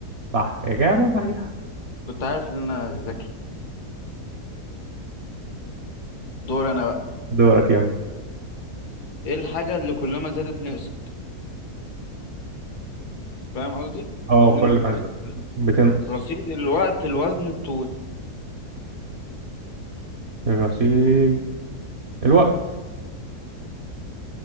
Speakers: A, on the right; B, on the left.
A: صح إجابة صحيحة
B: كنت عارف إن أنا ذكي دور أنا بقى
A: دورك يلا
B: إيه الحاجة اللي كلما زادت نقصت فاهم قصدي
A: اه
B: كل
A: كل
B: ما بتزيد
A: دورك. ما بتنقص
B: رصيد الوقت الوزن الطول
A: الرصيد الوقت